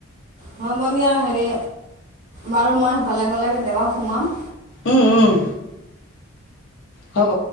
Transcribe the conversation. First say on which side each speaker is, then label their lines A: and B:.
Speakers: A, on the right; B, on the left.
A: হ'ব দিয়া। হেৰি বাৰু মই সেইফালে গ'লে কেতিয়াবা সোমাম।
B: উম উম হ'ব।